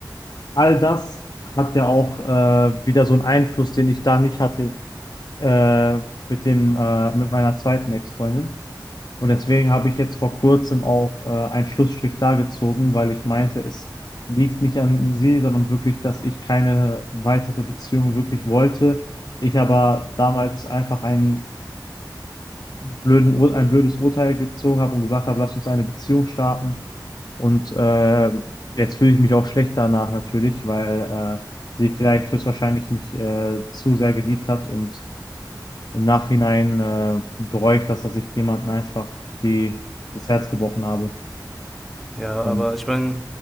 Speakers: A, on the left; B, in the centre.
A: All das hat ja auch äh, wieder so einen Einfluss, den ich da nicht hatte äh, mit dem, äh, mit meiner zweiten Ex-Freundin. Und deswegen habe ich jetzt vor kurzem auch äh, einen Schlussstrich da gezogen, weil ich meinte, es liegt nicht an sie, sondern wirklich, dass ich keine weitere Beziehung wirklich wollte. Ich aber damals einfach einen blöden, Ur- ein blödes Urteil gezogen habe und gesagt habe, lass uns eine Beziehung starten. Und äh, jetzt fühle ich mich auch schlecht danach natürlich, weil äh, sie vielleicht höchstwahrscheinlich mich äh, zu sehr geliebt hat und im Nachhinein äh, bereue ich das, dass ich jemanden einfach die, das Herz gebrochen habe.
B: Ja,
A: Und
B: aber ich meine,